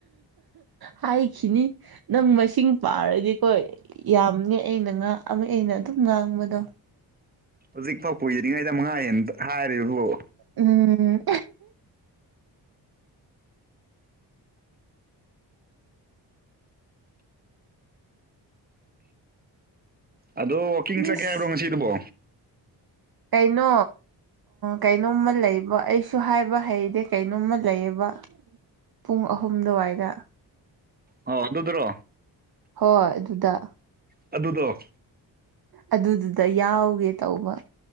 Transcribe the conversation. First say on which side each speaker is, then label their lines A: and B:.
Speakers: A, on the right; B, on the right.
A: ꯍꯥꯏꯈꯤꯅꯤ ꯅꯪ ꯃꯁꯤꯡ ꯄꯥꯔꯗꯤꯀꯣ ꯌꯥꯝꯅꯦ ꯑꯩꯅ ꯉ ꯑꯃ ꯑꯩꯅ ꯑꯗꯨꯝ ꯉꯥꯡꯕꯗꯣ
B: ꯍꯧꯖꯤꯛꯐꯥꯎ <unintelligible> ꯃꯉꯥ ꯍꯦꯟ ꯍꯥꯏꯔꯤꯕꯨ
A: ꯎꯝ
B: ꯑꯗꯣ ꯋꯥꯀꯤꯡ ꯆꯠꯀꯦ
A: ꯑꯁ
B: ꯍꯥꯏꯕ꯭ꯔꯣ ꯉꯁꯤꯗꯨꯕꯣ
A: ꯀꯩꯅꯣ ꯀꯩꯅꯣꯝꯃ ꯂꯩꯕ ꯑꯩꯁꯨ ꯁꯨ ꯍꯥꯏꯕ ꯍꯩꯇꯦ ꯀꯩꯅꯣꯝꯃ ꯂꯩꯌꯦꯕ ꯄꯨꯡ ꯑꯍꯨꯝ ꯑꯗꯨꯋꯥꯏꯗ
B: ꯑꯣ ꯑꯗꯨꯗ꯭ꯔꯣ
A: ꯍꯣꯏ ꯑꯗꯨꯗ
B: ꯑꯗꯨꯗꯣ
A: ꯑꯗꯨꯗꯨꯗ ꯌꯥꯎꯒꯦ ꯇꯧꯕ